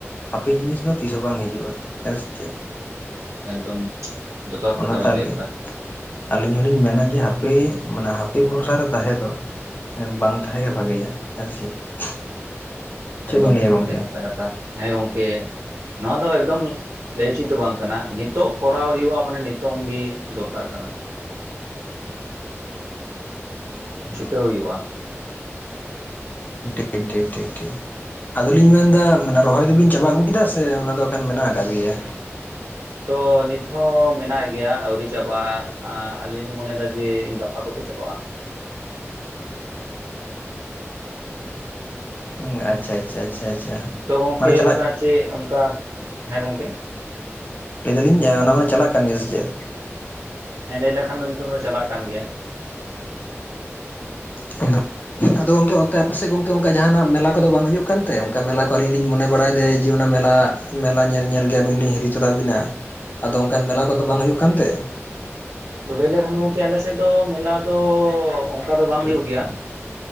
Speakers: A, on the left (about 35°); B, on the right (about 80°).
A: ᱦᱟᱯᱮ ᱡᱤᱱᱤᱥ ᱫᱚ ᱛᱤᱥ ᱦᱚᱸ ᱵᱟᱝ ᱦᱤᱡᱩᱜᱼᱟ ᱦᱮᱸ ᱥᱮ ᱪᱮᱫ?
B: ᱮᱠᱫᱚᱢ ᱡᱚᱛᱷᱟᱛ
A: ᱚᱱᱟᱛᱮ
B: ᱠᱟᱛᱷᱟ ᱵᱮᱱ
A: ᱟᱹᱞᱤᱧ,
B: ᱞᱟᱹᱭ ᱠᱟᱫᱟ
A: ᱟᱹᱞᱤᱧ ᱦᱚᱸᱞᱤᱧ ᱢᱮᱱᱟ ᱡᱮ ᱦᱟᱯᱮ ᱢᱟᱱᱮ, ᱦᱟᱯᱮ ᱵᱷᱚᱨᱥᱟ ᱨᱮ ᱛᱟᱦᱮᱸ ᱫᱚ ᱵᱟᱝ ᱛᱟᱦᱮᱸ ᱜᱮ ᱵᱷᱟᱜᱮᱭᱟ ᱾ᱦᱮ ᱥᱮ ᱪᱮᱫ? ᱪᱮᱫ
B: ᱮᱠᱫᱚᱢ
A: ᱵᱤᱱ ᱞᱟᱹᱭᱟ ᱜᱚᱝᱠᱮ
B: ᱟᱹᱰᱤ ᱱᱟᱯᱟᱭ ᱠᱟᱛᱷᱟ ᱦᱮᱸ ᱜᱚᱝᱠᱮ ᱱᱚᱣᱟ ᱫᱚ ᱮᱠᱫᱚᱢ ᱞᱟᱹᱭ ᱩᱪᱤᱫ ᱫᱚ ᱵᱟᱝ ᱠᱟᱱᱟ ᱱᱤᱛᱚᱜ ᱠᱚᱨᱟᱣ ᱦᱩᱭᱩᱜᱼᱟ, ᱢᱟᱱᱮ ᱱᱤᱛᱚᱝ ᱜᱮ ᱫᱚᱨᱠᱟᱨ ᱠᱟᱱᱟ᱾ ᱪᱷᱩᱴᱟᱹᱣ ᱦᱩᱭᱩᱜᱼᱟ᱾
A: ᱴᱷᱤᱠ ᱴᱷᱤᱠ ᱴᱷᱤᱠ ᱴᱷᱤᱠ ᱟᱫᱚᱞᱤᱧ ᱢᱮᱱ ᱮᱫᱟ ᱢᱟᱱᱮ ᱨᱚᱦᱚᱭ ᱫᱚᱵᱤᱱ ᱪᱟᱵᱟ ᱟᱹᱜᱩ ᱠᱮᱫᱟ ᱥᱮ ᱚᱱᱟ ᱫᱚ ᱠᱷᱟᱱ ᱢᱮᱱᱟᱜ ᱟᱠᱟᱫ ᱜᱮᱭᱟ
B: ᱛᱚ ᱱᱤᱛ ᱦᱚᱸ ᱢᱮᱱᱟᱜ ᱜᱮᱭᱟ ᱟᱹᱣᱨᱤ ᱪᱟᱵᱟᱜᱼᱟ, ᱟᱹᱞᱤᱧ ᱞᱤᱧ ᱢᱚᱱᱮᱭᱮᱫᱟ ᱡᱮ ᱜᱟᱯᱟ ᱠᱚᱛᱮ ᱪᱟᱵᱟᱜᱼᱟ᱾
A: ᱦᱩᱸ ᱟᱪᱪᱷᱟ ᱟᱪᱪᱷᱟ ᱟᱪᱪᱷᱟ ᱟᱪᱪᱷᱟ
B: ᱛᱚ ᱜᱚᱝᱠᱮ,
A: ᱢᱟᱱᱮ ᱪᱟᱞᱟᱜ
B: ᱚᱱᱠᱟ ᱪᱮᱫ ᱚᱱᱠᱟ, ᱦᱮᱸ ᱜᱚᱝᱠᱮ
A: ᱞᱟᱹᱭ ᱫᱟᱞᱤᱧ ᱚᱱᱟ ᱢᱟᱱᱮ ᱪᱟᱞᱟᱜ ᱠᱟᱱ ᱜᱮᱭᱟ ᱥᱮ ᱪᱮᱫ?
B: ᱦᱮᱸ ᱞᱟᱹᱭ ᱞᱮᱠᱷᱟᱱ ᱫᱚ ᱱᱤᱛᱚᱜ ᱫᱚ ᱪᱟᱞᱟᱜ ᱠᱟᱱ ᱜᱮᱭᱟ᱾
A: <unintelligible> ᱟᱫᱚ ᱜᱚᱢᱠᱮ ᱚᱱᱛᱮ ᱟᱯᱮ ᱥᱮᱫ ᱜᱚᱝᱠᱮ ᱚᱱᱠᱟ ᱡᱟᱦᱟᱱᱟᱜ ᱢᱮᱞᱟ ᱠᱚᱫᱚ ᱵᱟᱝ ᱦᱩᱭᱩᱜ ᱠᱟᱱᱛᱮ, ᱚᱱᱠᱟ ᱢᱮᱞᱟ ᱠᱚ ᱟᱞᱤᱧ ᱞᱤᱧ ᱢᱚᱱᱮ ᱵᱟᱲᱟᱭᱮᱫᱟᱹ ᱡᱮ ᱚᱱᱟ ᱢᱮᱞᱟ, ᱢᱮᱞᱟ ᱧᱮᱞ ᱧᱮᱞ ᱜᱮ ᱟᱹᱵᱤᱱ ᱞᱤᱧ ᱦᱤᱨᱤ ᱛᱚᱨᱟ ᱵᱤᱱᱟ ᱟᱫᱚ ᱚᱱᱠᱟᱱ ᱢᱮᱞᱟ ᱠᱚᱫᱚ ᱵᱟᱝ ᱦᱩᱭᱩᱜ ᱠᱟᱱᱛᱮ
B: ᱛᱚᱵᱮ ᱞᱟᱹᱭ ᱞᱮᱠᱷᱟᱱ ᱜᱚᱢᱠᱮ ᱟᱞᱮ ᱥᱮᱫ ᱫᱚ ᱢᱮᱞᱟ ᱫᱚ ᱚᱱᱠᱟ ᱫᱚ ᱵᱟᱝ ᱦᱩᱭᱩᱜ ᱜᱮᱭᱟ᱾